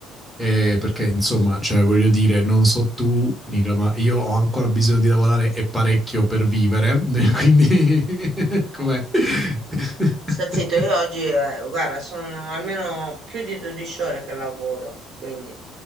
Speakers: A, in the centre; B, on the right (about 55°).
A: eh, perché insomma, cioè, voglio dire, non so tu, Nicola, ma io ho ancora bisogno di lavorare e parecchio per vivere, quindi <laughs> com'è?
B: Oh,
A: <laughs>
B: sta zitto, io oggi, eh, guarda, sono almeno più di 12 ore che lavoro, quindi